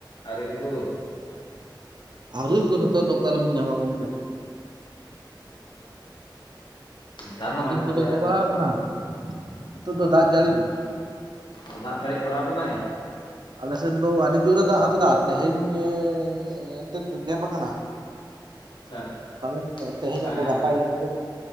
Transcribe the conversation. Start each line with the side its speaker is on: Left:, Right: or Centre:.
Left: ᱟᱨᱮᱞ ᱠᱩ
Right: ᱟᱨᱤᱞ ᱫᱚ ᱱᱮᱛᱟᱨ ᱫᱚ ᱚᱠᱟᱨᱮᱵᱤᱱ ᱧᱟᱢᱟ ᱜᱚᱢᱠᱮ
Left: ᱱᱮᱛᱟᱨ
Right: ᱚᱱᱟ
Left: ᱦᱚᱸ ᱢᱟᱡᱷᱮ
Right: ᱫᱤᱱ ᱠᱚᱫᱚ
Left: ᱥᱟᱡᱷᱮ ᱟᱨᱮᱞ
Right: ᱪᱟᱵᱟ
Left: ᱵᱟᱲᱟᱭᱮᱜ-ᱟᱭ
Right: ᱟᱠᱟᱱᱟ ᱱᱤᱛᱚᱜᱜ ᱫᱚ ᱫᱟᱜ ᱡᱟᱹᱲᱤ ᱜᱮ
Left: ᱚ ᱫᱟᱜ ᱯᱮᱨᱮᱡ ᱵᱟᱲᱟᱶ ᱠᱟᱫᱟᱭ
Right: ᱟᱞᱮᱥᱮᱫ ᱫᱚ ᱟᱹᱰᱤ ᱡᱳᱨᱮ ᱫᱟᱜ ᱟᱠᱟᱫᱟ ᱛᱮᱦᱮᱧ ᱧᱮᱻ ᱛᱮᱫ ᱜᱮᱯ ᱟᱠᱟᱱᱟ
Left: ᱟᱪᱪᱷᱟ ᱟᱪᱪᱷᱟ
Right: ᱯᱟᱞᱮᱱ ᱛᱮᱦᱮᱧᱟᱜ
Left: ᱦᱮᱸ
Right: ᱫᱚ ᱜᱟᱯᱟᱭ ᱮᱱ ᱪᱚᱝ